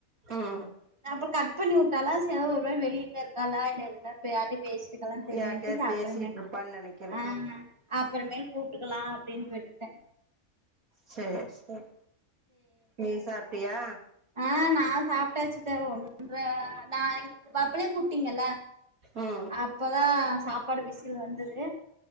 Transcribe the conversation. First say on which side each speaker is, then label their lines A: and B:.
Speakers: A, on the right; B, on the right.
A: ம்
B: நா அப்பறோ கட் பண்ணி வுட்டாலா சேர் அதா ஒரு வேல வெளிய எங்கயு இருக்கலா இல்லயோன்னு தா யார்ட்டயு பேசிகிட் இருக்காலான்னு தெரிலயேன்ட்டு
A: யார்ட்டயாவது
B: சே அப்பறமே
A: பேசிட்டு இருப்பான்னு நெனைக்கிறே
B: ஆ அப்பறமேல் கூப்ட்டுக்கலா அப்டின்னு விட்டு ட
A: சேர் சேர் நீ சாப்ட்டியா
B: ஆ நா சாப்பிட்டாச்சித்த ஒன்ற நா எனக்கு அப்பளே கூப்ட்டீங்கல்ல
A: ம்
B: அப்பதா சாப்பாடு விசில் வந்தது